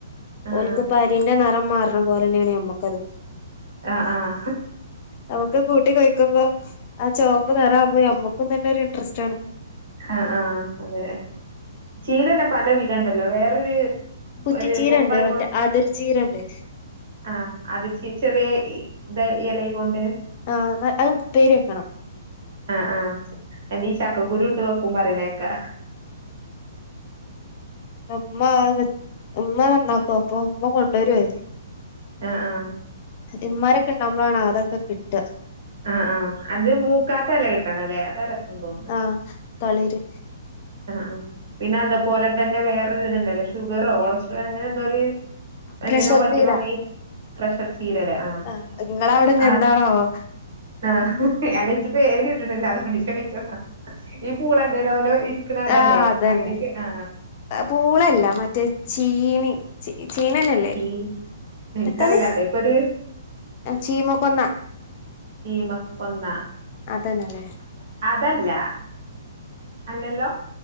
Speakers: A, on the right (about 50°); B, on the left (about 35°).
A: ആഹ്
B: ഓൽക്ക്പ്പം അരിന്റെ നിറം മാറണം പോലെ തന്നെയാണ് ഞമ്മക്കതും
A: ആഹ് ആഹ് ആഹ്
B: നമുക്ക് കൂട്ടി കഴിക്കുമ്പോ ആ ചോപ്പ നിറാവുമ്പോ നമ്മക്കും തന്നെ ഒരു ഇൻറസ്റ്റ്
A: ആ ആ അതെ ചീരന്നെ പല വിധണ്ടല്ലോ വേറൊരു
B: കുറ്റിച്ചീര
A: ഒരു കൊമ്പായിക്കോണ്ട്
B: ഉണ്ട് മറ്റേ അതിർചീര ഉണ്ട്
A: ആ. അത് ച ചെറിയ ഇ ഇല കൊണ്ട്
B: ആ അത് ഉപ്പേരി വെക്കണം.
A: ആ ആ എന്റെ ഈ ചക്കക്കുരു ഇട്ട് വെക്കും പറയണക്കാ.
B: അമ്മ അമ്മ നന്നാക്കും അപ്പൊ അമ്മ കൊണ്ടുവരുവ.
A: ആ ആ.
B: ഇമാരൊക്കെ ഉണ്ടാവുമ്പോഴാണ് ആണ് അതൊക്കെ കിട്ട
A: ആ ആ അത് മൂക്കാത്തല കിട്ടണം അല്ലേ അതാ രസം തോന്നണ്.
B: ആഹ് തളിര്
A: ആ പിന്നെ അതുപോലെ തന്നെ വേറൊരിതുണ്ടല്ലോ ഷുഗറോ കൊളസ്ട്രോ അങ്ങനെ എന്തോ ഒരു
B: പ്രഷർ
A: എന്തിനോ പറ്റും
B: തീരാ
A: പറഞ്ഞ പ്രഷർ ചീര ആ
B: ആഹ് നിങ്ങളവിടെ ഇനി
A: ആ.
B: എന്താണാവോ
A: ആ <unintelligible> <unintelligible> എന്റെേലോലെ ഇരിക്കണ അതല്ലേ
B: ആഹ് അതന്നെ
A: അങ്ങനെയൊക്കെ ആ.
B: പൂളല്ല മറ്റേ ചീനി ചീനന്നല്ലേ
A: ചീനി എനിക്കറിയില്ല
B: എത്താണ്?
A: അതൊക്കെ ഒരു
B: ചീമ കൊന്ന.
A: ചീമ കൊന്ന.
B: അതന്നല്ലേ.
A: ഇതല്ല. അല്ലല്ലോ.